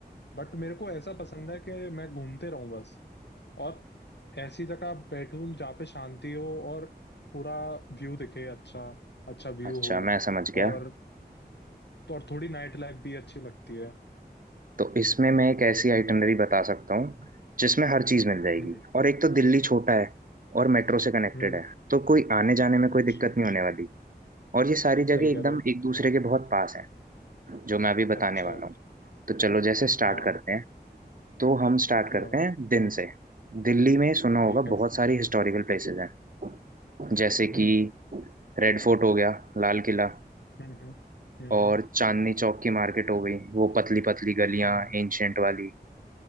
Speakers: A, on the left (about 80°); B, on the right (about 55°).
A: बट मेरे को ऐसा पसंद है कि मैं घूमते रहूं बस और ऐसी जगह बैठूं जहाँ पे शांति हो और पूरा व्यू दिखे अच्छा अच्छा व्यू
B: अच्छा
A: हो
B: मैं समझ गया
A: और तो और थोड़ी नाइट लाइफ भी अच्छी लगती है
B: तो इसमें मैं एक ऐसी आइटनरी बता सकता हूँ जिसमें हर चीज़ मिल जाएगी
A: हम्म
B: और एक तो दिल्ली छोटा है और मेट्रो से कनेक्टेड
A: हम्म
B: है तो कोई आने जाने में कोई
A: अच्छा
B: दिक्कत नहीं होने वाली और ये सारी जगह
A: सही
B: एकदम
A: कह रहे हो
B: एक दूसरे के बहुत पास है जो मैं अभी बताने
A: अच्छा
B: वाला हूँ तो चलो जैसे स्टार्ट
A: हाँ
B: करते हैं तो हम स्टार्ट करते
A: हाँ
B: हैं दिन से दिल्ली में सुना
A: ठीक
B: होगा
A: है
B: बहुत सारी हिस्टोरिकल प्लेसेस हैं जैसे
A: हम्म
B: कि रेड फोर्ट हो गया लाल किला
A: हम्म हम्म हम्म
B: और
A: हम्म
B: चांदनी चौक की मार्केट हो गई वो पतली पतली गलियां
A: हम्म। हम्म।
B: एंशियंट वाली